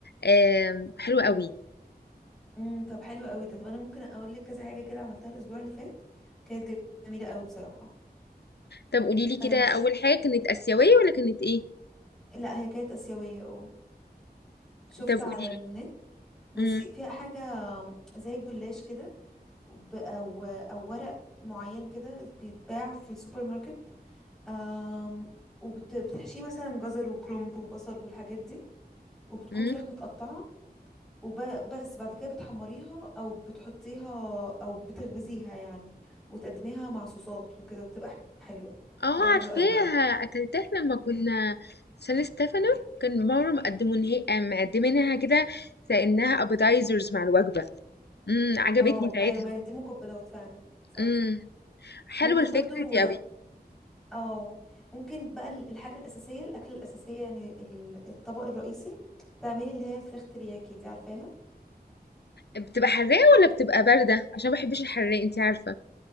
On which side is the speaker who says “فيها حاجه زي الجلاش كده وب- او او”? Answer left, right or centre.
Centre